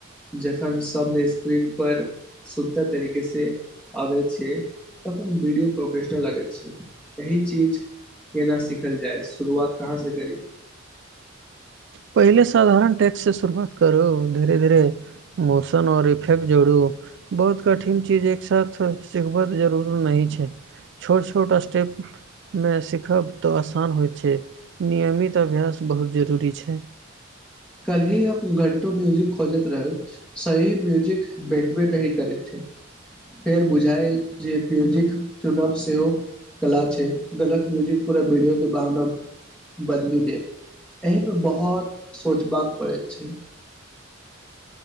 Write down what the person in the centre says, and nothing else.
जखन सब स्क्रीन पर सुंदर तरीके से अबै छै तखन वीडियो प्रोफेशनल लगई छै यही चीज केना सिखल जाय शुरुआत कहा स करी।
कल ही हम घंटो म्यूजिक खोजैत रहे सही म्यूजिक भेटबे न करैत छै फेर बुझााय जे म्यूजिक चुनब सेहो कला छै गलत म्यूजिक पूरा विडियो के भावना बदलि देत एहि में बहुत खोचबाकाग पड़े छै।